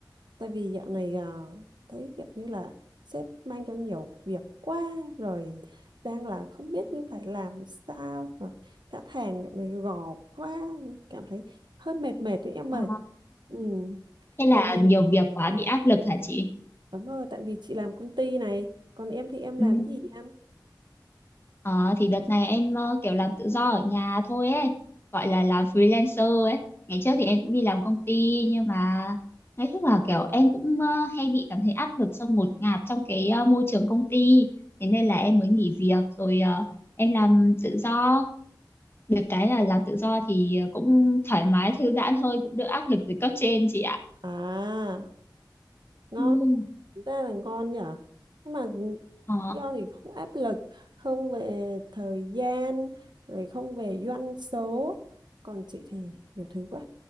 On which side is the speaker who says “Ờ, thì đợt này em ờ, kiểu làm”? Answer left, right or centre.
Left